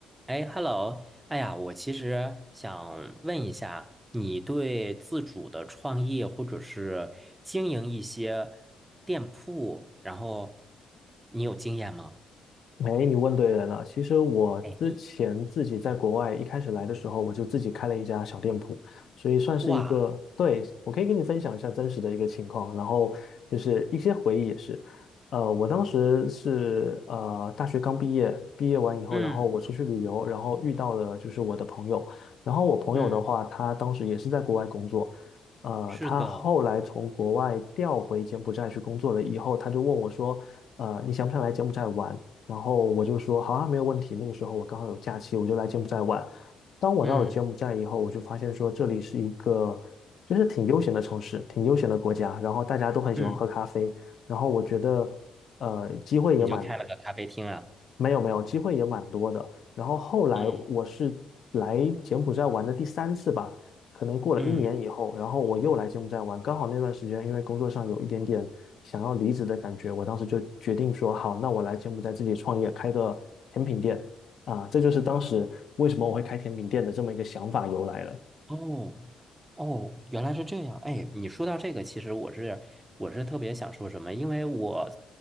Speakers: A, on the right; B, on the left.
A: 哎，Hello，哎呀，我其实想问一下，你对自主的创业或者是经营一些店铺，然后你有经验吗？
B: 哎，你问对人了。其实我之前自己在国外一开始来的时候，
A: 哎，
B: 我就自己开了一家小店铺，所以算是一个，
A: 哇，
B: 对，我可以跟你分享一下真实的一个情况，然后就是一些回忆也是。呃，我当时是呃大学刚毕业，毕业完以后，
A: 嗯
B: 然后我出去旅游，然后遇到了就是我的朋友，然后我朋友的话，
A: 嗯，
B: 他当时也是在国外工作，呃，
A: 是的，
B: 他后来从国外调回柬埔寨去工作了以后，他就问我说，呃，你想不想来柬埔寨玩？然后我就说好啊，没有问题。那个时候我刚好有假期，我就来柬埔寨玩。当我到了柬埔寨以后，
A: 嗯
B: 我就发现说这里是一个就是挺悠闲的城市，挺悠闲的国家，然后大家都很喜欢喝咖啡，
A: 嗯，
B: 然后我觉得呃机会也蛮
A: 你就开了个咖啡厅啊？
B: 没有没有，机会也蛮多的。然后后来我是来柬埔寨玩的第三次吧，
A: 嗯
B: 可能过了一年以后，
A: 嗯，
B: 然后我又来柬埔寨玩，刚好那段时间因为工作上有一点点想要离职的感觉，我当时就决定说好，那我来柬埔寨自己创业，开个甜品店啊，这就是当时为什么我会开甜品店的这么一个想法由来了。
A: 哦哦，原来是这样。哎，你说到这个，其实我是我是特别想说什么，因为我